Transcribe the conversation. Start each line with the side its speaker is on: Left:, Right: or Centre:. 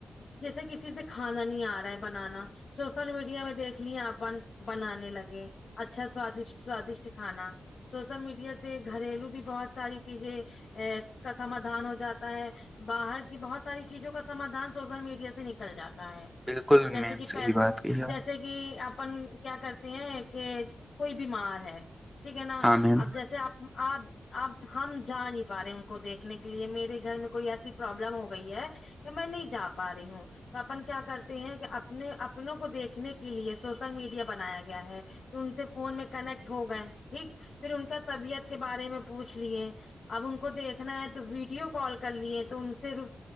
Left: جیسے کسی سے کھانا نہیں آ رہا ہے بنانا سوشل میڈیا میں دیکھ مھلیا اپن بنانے لگے اچھا سوادشٹ سوادشٹ کھانا سوشل میڈیا سے گھریلو بھی بہت ساری چیزیں ا کا سمادھان ہو جاتا ہے باہر کی بہت ساری چیزوں کا سمادھان سوشل میڈیا سے نکل جاتا ہے
Centre: بالکل
Left: جیسے
Centre: میم
Left: کہ
Centre: صحیح
Left: پیس
Centre: بات کہی آپ
Left: جیسے کہ کہ اپن کیا کرتے ہیں کہ کوئی بیمار ہے ٹھیک ہے نا
Centre: ہاں میم
Left: اب جیسے آپ آپ اب ہم جا نہیں پا رہے ان کو دیکھنے کے لیے میرے گھر میں کوئی ایسی پروابلم ہو گئی ہے کہ میں نہیں جا پا رہی ہوں تو اپن کیا کرتے ہیں کہ اپنے اپنوں کو دیکھنے کے لیے سوشل میڈیا بنایا گیا ہے تو ان سے فون میں کنیکٹ ہو گئے ٹھیک پھر ان کا طبیعت کے بارے میں پوچھ لیے اب ان کو دیکھنا ہے تو ویڈیو کال کر لیے تو ان سے ر